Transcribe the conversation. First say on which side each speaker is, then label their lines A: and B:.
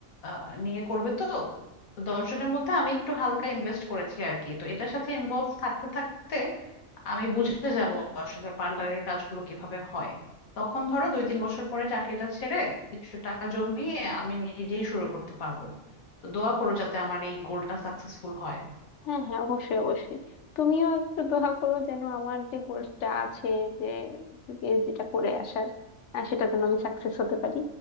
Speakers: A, on the left; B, on the left.
A: আহ, নিয়ে করবে তো তো দশজনের মধ্যে আমি একটু হালকা ইনভেস্ট করেছি আর কি তো এটার সাথে ইনভলভ থাকতে থাকতে আমি বুঝে যাব আসলে পার্লারের কাজগুলো কিভাবে হয় তখন ধরো দুই তিন বছর পরে চাকরিটা ছেড়ে কিছু টাকা জমিয়ে আমি নিজেই শুরু করতে পারবো তো দোয়া করো যাতে আমার এই গোলটা সাকসেসফুল হয়
B: হ্যাঁ হ্যাঁ অবশ্যই অবশ্যই তুমিও একটু দোয়া করো যেন আমার যে গোলসটা আছে যে পিএইচডিটা করে আসার আহ, সেটা যেন আমি সাকসেস হতে পারি